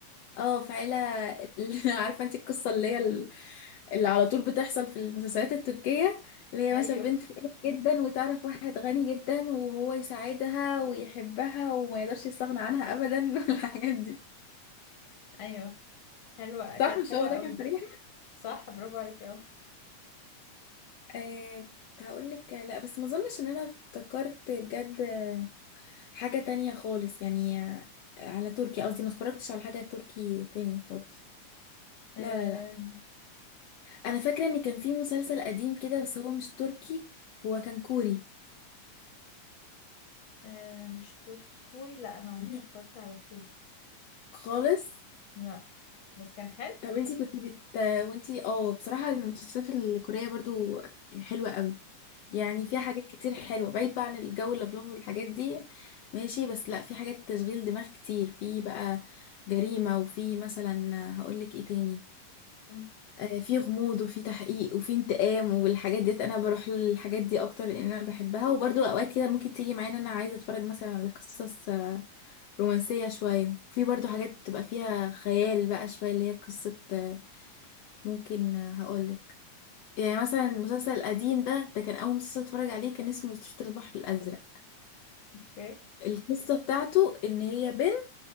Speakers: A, on the left; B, on the left.
A: اه في عيلة اللي- <laughs> عارفة انت القصة اللي هي ال- اللي على طول بتحصل في المسلسلات التركية اللي هي
B: ايوه
A: مثلا بنت فقيرة جدا وتعرف واحد غني جدا وهو يساعدها ويحبها وما يقدرش يستغنى عنها ابدا <laughs> والحاجات دي
B: ايوه حلوة كانت
A: صح مش
B: حلوة
A: هو ده
B: قوي
A: كان فريحة؟
B: صح برافو عليك
A: آه كنت هقول لك لا بس ما اظنش ان انا افتكرت بجد حاجة تانية خالص يعني على تركي قصدي ما اتفرجتش على حاجة تركي تاني خالص
B: اهو
A: لا لا لا انا فاكره ان كان في مسلسل قديم كده بس هو مش تركي هو كان كوري
B: آه مش تركي كوري لا انا عمري
A: غريب
B: ما اتفرجت على كوري
A: خالص
B: لا بس كان حلو
A: طب انتي كنت بت وانتي اه بصراحه المسلسلات الكوريه برضو حلوه قوي
B: امم
A: يعني فيها حاجات كتير حلوه بعيد بقى عن الجو اللفلوف والحاجات دي ماشي بس لا في حاجات تشغيل دماغ كتير في بقى جريمه وفي مثلا هقولك ايه تاني
B: امم
A: آه، في غموض وفي تحقيق وفي انتقام والحاجات ديت انا بروح للحاجات دي اكتر لان انا بحبها وبرضو اوقات كده ممكن تيجي معايا ان انا عايزه اتفرج مثلا على قصص آه، رومانسيه شويه في برضو حاجات بتبقى فيها خيال بقى شويه اللي هي قصه آه، ممكن آه، هقولك يعني مثلا المسلسل القديم ده ده كان اول مسلسل اتفرج عليه كان اسمه أسطورة البحر الازرق
B: اوكي
A: القصه بتاعته ان هي بنت